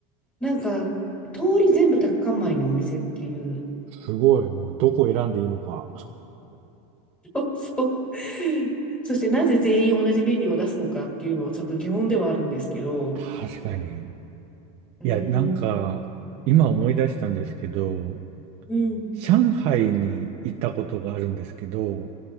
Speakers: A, in the centre; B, on the right.
A: なんか通り全部タッカンマリのお店っていう、
B: すごい。もうどこ選んでいいのか。
A: そうそう。そしてなぜ全員同じメニューを出すのかっていうのはちょっと疑問ではあるんですけど、
B: 確かに。
A: うん、
B: いや、なんか、今思い出したんですけど、
A: うん、
B: 上海に行ったことがあるんですけど、